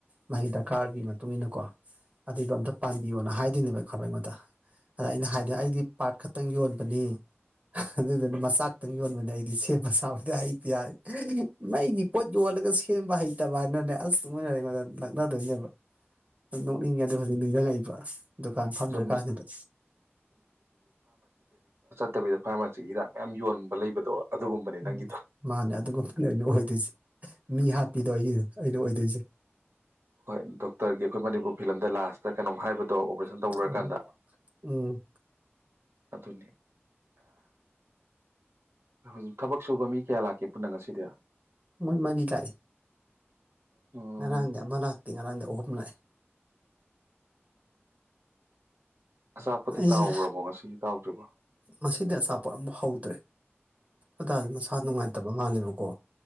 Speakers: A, on the right (about 35°); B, on the right (about 70°).
A: ꯃꯥꯒꯤ ꯗꯔꯀꯥꯔꯒꯤ ꯃꯇꯨꯡ ꯏꯟꯅꯀꯣ ꯑꯗꯨꯏꯗꯣ ꯑꯝꯇ ꯄꯥꯟꯕꯤꯌꯣꯅ ꯍꯥꯏꯗꯣꯏꯅꯦꯕ ꯈꯔ ꯑꯩꯉꯣꯟꯗ ꯑꯗ ꯑꯩꯅ ꯍꯥꯏꯗꯅ ꯑꯩꯗꯤ ꯄꯥꯔꯠ ꯈꯛꯇꯪ ꯌꯣꯟꯕꯅꯤ ꯑꯗꯨꯗꯨꯅ ꯃꯆꯥ ꯈꯛꯇꯪ ꯌꯣꯟꯕꯅꯤ ꯑꯩꯗꯤ ꯁꯦꯝꯕ ꯁꯥꯕꯗꯤ ꯍꯩꯗꯤ ꯌꯥꯔꯦ ꯃꯩꯒꯤ ꯄꯣꯠ ꯌꯣꯜꯂꯒ ꯁꯦꯝꯕ ꯍꯩꯇꯕ ꯍꯥꯏꯅꯅꯦ ꯑꯁꯅꯉꯣꯟꯗ ꯅꯛꯅꯗꯣꯏꯅꯦꯕ ꯅꯣꯛꯅꯤꯡꯉꯦ ꯑꯗꯣ ꯍꯧꯖꯤꯛ ꯅꯤꯡꯁꯤꯡꯉꯛꯏꯕ ꯗꯨꯀꯥꯟ ꯐꯝꯗ꯭ꯔꯀꯥꯟꯁꯤꯗ
B: ꯆꯨꯝꯕ ꯅꯠꯇꯕꯤꯗ ꯐꯥꯔꯃꯥꯁꯤꯒꯤ ꯍꯤꯗꯥꯛ ꯃꯌꯥꯝ ꯌꯣꯟꯕ ꯂꯩꯕꯗꯣ ꯑꯗꯨꯒꯨꯝꯕꯅꯤ ꯅꯪꯒꯤꯗꯣ
A: ꯎꯝ ꯃꯥꯅꯦ ꯑꯗꯨꯒ ꯑꯣꯏꯗꯣꯏꯁꯦ ꯃꯤ ꯍꯥ ꯄꯤꯗ ꯑꯩꯅꯦ ꯑꯩꯅ ꯑꯣꯏꯗꯣꯏꯁꯦ
B: ꯍꯣꯏ ꯗꯣꯛꯇꯔꯒꯤ ꯑꯩꯈꯣꯏ ꯃꯅꯤꯄꯨꯔ ꯐꯤꯂꯝꯗ ꯂꯥꯁꯇ ꯀꯩꯅꯣꯝ ꯍꯥꯏꯕꯗꯣ ꯑꯣꯄꯔꯦꯁꯟ ꯇꯧꯔꯨꯔꯀꯥꯟꯗ
A: ꯎꯝ ꯎꯝ
B: ꯑꯗꯨꯅꯦ ꯍꯧꯖꯤꯛ ꯊꯕꯛ ꯁꯨꯕ ꯃꯤ ꯀꯌꯥ ꯂꯥꯛꯀꯦ ꯄꯨꯟꯅ ꯉꯁꯤꯗꯤ
A: ꯃꯣꯏꯃꯗꯤ ꯏ ꯂꯥꯏ
B: ꯎꯝ
A: ꯉꯔꯥꯡꯗꯤ ꯑꯃ ꯂꯥꯛꯇꯦ ꯉꯔꯥꯡꯗꯤ ꯑꯍꯨꯝ ꯂꯥꯛꯑꯦ
B: ꯎꯝ ꯑꯆꯥꯄꯣꯠꯇꯤ
A: ꯑꯩꯁꯦ
B: ꯇꯥꯎꯈ꯭ꯔꯕꯣ ꯉꯁꯤꯒꯤ ꯇꯥꯎꯗ꯭ꯔꯤꯕꯣ
A: ꯉꯗꯤ ꯑꯆꯥꯄꯣꯠ ꯑꯃꯐꯥꯎ ꯍꯧꯗ꯭ꯔꯦ ꯑꯣꯗꯥꯗ ꯃꯁꯥ
B: ꯎꯝ
A: ꯅꯨꯡꯉꯥꯏꯇꯕ ꯃꯥꯜꯂꯦꯕꯀꯣ